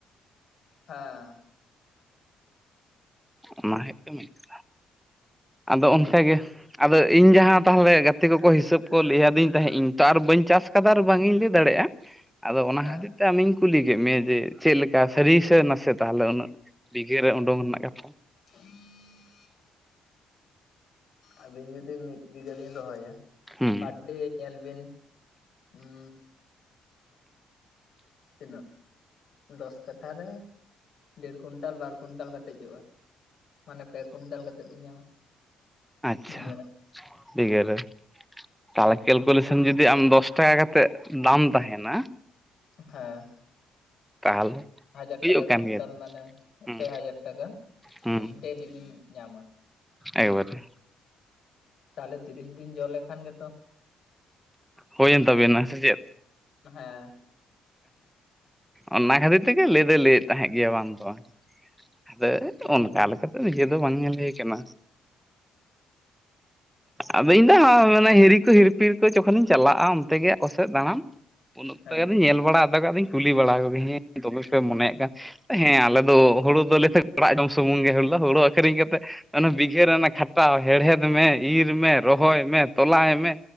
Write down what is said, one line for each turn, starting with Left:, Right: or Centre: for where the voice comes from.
Left: ᱮᱸ
Centre: ᱚᱱᱟ ᱦᱩᱭᱩᱜ ᱠᱟᱱᱟ ᱢᱤᱫ ᱠᱟᱛᱷᱟ, ᱟᱫᱚ ᱚᱱᱠᱟᱟᱜᱮ ᱟᱫᱚ ᱤᱧ ᱡᱟᱦᱟᱸ ᱛᱟᱦᱚᱞᱮ ᱜᱟᱛᱮ ᱠᱚᱠᱚ ᱦᱤᱥᱟᱹᱵ ᱠᱚ ᱞᱟᱹᱭᱟ ᱫᱤᱧ ᱛᱟᱦᱮᱸᱫ ᱤᱧ ᱛᱚ ᱟᱨ ᱵᱟᱹᱧ ᱪᱟᱥ ᱠᱟᱫᱟ ᱟᱨ ᱵᱟᱝ ᱤᱧ ᱞᱟᱹᱭ ᱫᱟᱲᱮᱭᱟᱜᱼᱟ ᱟᱫᱚ ᱚᱱᱟ
Left: ᱦᱮᱸ
Centre: ᱦᱚᱸᱛᱮ ᱛᱮ ᱟᱢᱤᱧ ᱠᱩᱞᱤ ᱠᱮᱫ ᱢᱮᱭᱟ ᱡᱮ ᱪᱮᱫ ᱞᱮᱠᱟ ᱥᱟᱹᱨᱤ ᱥᱮ ᱱᱟᱥᱮ ᱛᱟᱦᱚᱞᱮ ᱩᱱᱟᱹᱜ ᱵᱤᱜᱷᱟ. ᱨᱮ ᱩᱰᱩᱝ ᱨᱮᱱᱟᱜ ᱠᱟᱛᱷᱟ
Left: <unintelligible> ᱟᱹᱵᱤᱱ ᱡᱩᱫᱤ ᱢᱤᱫ ᱵᱤᱜᱷᱟᱹ ᱵᱤᱱ ᱨᱚᱦᱚᱭᱟ
Centre: ᱦᱩᱸ
Left: ᱯᱟᱨᱰᱮ ᱮᱞᱵᱤᱱ ᱩᱸ ᱛᱤᱱᱟᱹᱜ ᱫᱚᱥ ᱠᱟᱴᱷᱟ ᱨᱮ ᱰᱮᱹᱲ ᱠᱩᱭᱱᱴᱟᱞ ᱵᱟᱨ ᱠᱩᱭᱱᱴᱟᱞ ᱠᱟᱛᱮᱫ ᱡᱚᱜᱼᱟ ᱢᱟᱱᱮ ᱯᱮ ᱠᱤᱱᱴᱟᱞ ᱠᱟᱛᱮᱫ ᱵᱤᱱ ᱧᱟᱢᱟ᱾
Centre: ᱟᱪᱪᱷᱟ
Left: ᱵᱤᱜᱷᱟᱹ ᱨᱮ
Centre: ᱵᱤᱜᱟᱹᱨ ᱨᱮ ᱛᱟᱦᱚᱞᱮ ᱠᱮᱞᱠᱩᱞᱮᱥᱚᱱ ᱡᱩᱫᱤ ᱟᱢ ᱫᱚᱥ ᱴᱟᱠᱟ ᱠᱟ ᱠᱟᱛᱮᱜ ᱫᱟᱢ ᱛᱟᱦᱮᱱᱟ᱾
Left: ᱦᱮᱸ᱾
Centre: ᱛᱟᱦᱚᱞᱮ
Left: ᱦᱟᱡᱟᱨ
Centre: ᱦᱩᱭᱩᱜ
Left: ᱴᱟᱠᱟ
Centre: ᱠᱟᱱ
Left: ᱠᱩᱭᱱᱴᱟᱞ
Centre: ᱜᱮᱭᱟ
Left: ᱢᱟᱱᱮ,
Centre: ᱦᱩᱸ
Left: ᱯᱮ ᱦᱟᱡᱟᱨ ᱴᱟᱠᱟ᱾
Centre: ᱦᱩᱸ
Left: ᱰᱮᱞᱤ ᱵᱤᱱ ᱧᱟᱢᱟ,
Centre: ᱮᱠᱵᱟᱨᱮ
Left: ᱛᱟᱦᱚᱞᱮ ᱛᱤᱨᱤᱥ ᱫᱤᱱ, ᱡᱚᱜ ᱞᱮᱠᱷᱟᱱ ᱜᱮᱛᱚ
Centre: ᱦᱳᱭ ᱭᱮᱱ ᱛᱟᱵᱤᱱᱟ ᱥᱮ ᱪᱮᱫ?
Left: ᱦᱮᱸ᱾
Centre: ᱚᱱᱟ ᱠᱷᱟᱹᱛᱤᱨ ᱛᱮᱜᱮ ᱞᱟᱹᱭ ᱫᱚᱭ ᱞᱟᱹᱭᱮᱫ ᱛᱟᱦᱮᱸᱫ ᱜᱮᱭᱟ ᱵᱟᱝ ᱫᱚ ᱵᱟᱝ᱾ ᱟᱫᱚ
Left: ᱧᱮᱞ
Centre: ᱚᱱᱠᱟ
Left: ᱵᱤᱱ
Centre: ᱞᱮᱠᱟ ᱫᱚ ᱱᱤᱡᱮ ᱫᱚ ᱵᱟᱝ ᱧᱮᱞ ᱦᱩᱭ ᱠᱟᱱᱟ᱾ ᱟᱫᱚ ᱤᱧ ᱦᱚ ᱢᱟᱱᱮ ᱦᱤᱨᱤ ᱠᱚ ᱦᱤᱨᱯᱤᱨ ᱠᱚ ᱡᱚᱠᱷᱚᱱᱤᱧ ᱪᱟᱞᱟᱜᱼᱟ ᱚᱱᱛᱮ ᱜᱮ ᱟᱠᱚ ᱥᱮᱫ ᱫᱟᱬᱟᱱ, ᱩᱱᱟᱹ ᱚᱛ
Left: ᱦᱮᱸ
Centre: ᱧᱮᱞ ᱵᱟᱲᱟ ᱟᱫᱟᱜ ᱫᱚᱧ ᱠᱩᱞᱤ ᱵᱟᱲᱟ ᱠᱚᱜᱮ ᱦᱮᱸ ᱛᱚᱵᱮ ᱯᱮ ᱢᱚᱱᱭᱮᱫ ᱠᱟᱱ ᱦᱮᱸ ᱟᱞᱮ ᱫᱚ ᱦᱩᱲᱩ ᱫᱚᱞᱮ ᱟᱲᱟᱜ ᱡᱚᱢ ᱥᱩᱢᱩᱝ ᱜᱮ ᱦᱩᱲ ᱫᱚ ᱦᱩᱲᱩ ᱟᱹᱠᱷᱨᱤᱧ ᱠᱟᱛᱮᱜ ᱚᱱᱟ ᱵᱤᱜᱷᱟ ᱨᱮᱱᱟ ᱠᱷᱟᱴᱟᱣ ᱦᱮᱲᱦᱮᱫ ᱢᱮ ᱤᱨ ᱢᱮ ᱨᱚᱦᱚᱭ ᱢᱮ ᱛᱚᱞᱟᱭ ᱢᱮ